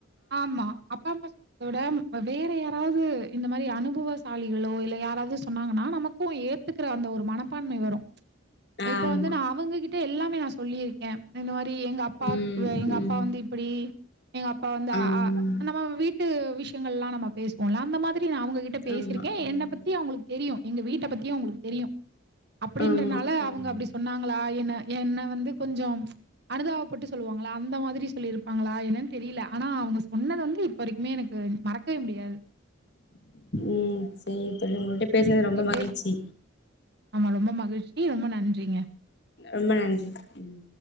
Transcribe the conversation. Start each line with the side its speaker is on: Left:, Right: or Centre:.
Right: ஆமா அப்பா அம்மா <unintelligible> இப்போ வேற யாராவது இந்த மாரி அனுபவசாலிகளோ இல்ல யாராவது சொன்னாங்கன்னா நமக்கு ஏத்துக்கற அந்த ஒரு மனப்பான்மை வரும் இப்ப
Left: ஆமா
Right: வந்து நா அவங் கிட் எல்லாமே நா சொல்லியிரு ஏ இந்த மாரி எங்க அப்பா
Left: ம்
Right: ஆ எங்க
Left: ம்
Right: அப்பா வந்து இப்படி எங் அப் அப்பா வந்த
Left: ஆம்
Right: ஆ நம்ம வீட் பக் ட்டு விஷயங்கள் எல்லாம் நம்ம பேசுவோம்ல அந்த மாதிரி <unintelligible> அவங்க கிட்ட பேசிருக்கேன்
Left: ஆமா ம்
Right: என்னை பத்தி அவங்களுக்கு தெரியும் எங்க வீட்ட பத்தியும் அவங்களுக்கு தெரியும் அப்படின்றனால
Left: ஆமா ம்
Right: அவங்க அப்படி சொன்னாங்களா என்ன என்னை வந்து கொஞ்சம் அனுதாபப் பட்டு சொல்லுவாங்களா அந்த மாதிரி சொல்லியிருப்பாங்களா என்னன்னு தெரியல ஆனா அவங்க சொன்னது வந்து இப்ப வரைக்குமே எனக் க்கு மறக்கவே முடியாது
Left: ம் சேரி விடு பேசனது ரொம்ப
Right: உங்க
Left: மகிழ்ச்சி
Right: பேச ஆமா ரொம்ப மகிழ்ச்சி. ரொம்ப நன்றிங்க.
Left: ரொம்ப நன்றி ம்